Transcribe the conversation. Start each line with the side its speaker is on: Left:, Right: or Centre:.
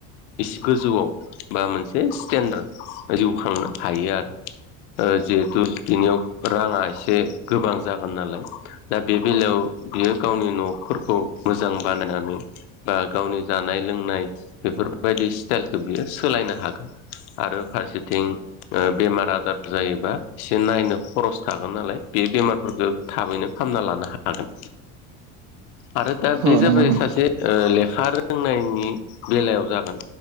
Left: एसे गोजौआव बा मोनसे स्टेेनडार्ड जिउ खांनो हायो आरो जिहेथु बिनियाव राङा एसे गोबां जागोन नालाय दा बे बेलायाव बियो गावनि न'फोरखौ मोजां बानायनानै बा गावनि जानाय लोंनाय बेफोरबायदि स्टाइलखौ बियो सोलायनो हागोन आरो फारसेथिं बेमार आजार जायोबा एसे नायनो खरस थागोन नालाय बे बेमारफोरखौ थाबैनो फाहामना लानो हागोन आरो दा
Right: औ
Left: बे
Right: नंगौ
Left: जाबाय
Right: नोंथां
Left: सासे ले लेखा रोंनायनि बेलायाव जागोन